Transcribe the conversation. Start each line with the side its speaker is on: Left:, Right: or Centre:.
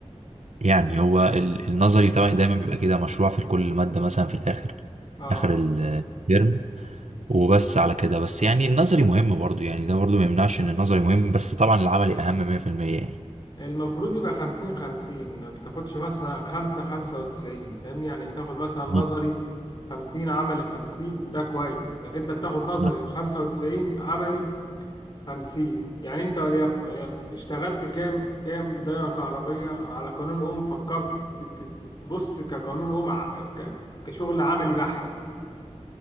Right: يعني هو ال- النظري بتاعي دايما بيبقى كده مشروع في كل ماده مثلا في الاخر
Left: اه
Right: اخر الترم وبس على كده بس يعني النظري مهم برضو يعني ده برضو ما يمنعش ان النظري مهم بس طبعا العملي اهم 100% يعني
Left: المفروض يبقى خمسين خمسين ما بتاخدش مثلا خمسة خمسة وتسعين فاهمني يعني تاخد مثلا نظري
Right: مم.
Left: خمسين عملي خمسين ده كويس لكن انت بتاخد نظري
Right: آه.
Left: خمسة وتسعين عملي خمسين يعني انت وليكن وليكن اشتغلت كام كام دايرة كهربية على قانون أم فكرت ت- ت- ت- تبص كقانون أم ع- ك- كشغل عملي بحت